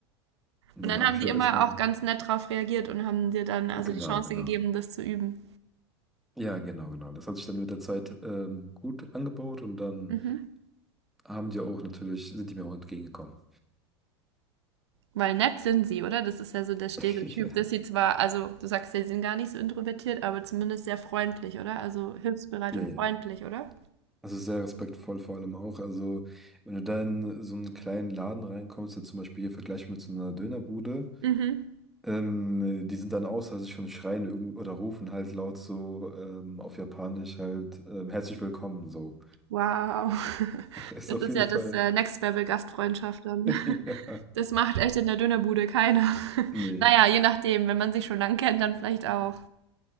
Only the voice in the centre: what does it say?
Und
dann
habe
ich
halt
erstmal,
genau,
genau.
Ja, genau, genau. Das hat sich dann mit der Zeit ähm, gut angebaut und dann
haben die auch natürlich, sind die mir auch entgegengekommen.
<laughs>
Ja,
ja.
ja.
Also sehr respektvoll vor allem auch. Also wenn du da in so einen kleinen Laden reinkommst, jetzt zum Beispiel hier vergleichbar mit so einer Dönerbude,
ähm, die sind dann außer sich und schreien irgend oder rufen halt laut so ähm, auf Japanisch halt ähm, herzlich willkommen so.
<laughs> Ist
auf
jeden
Fall.
<laughs> Ja.
Nee.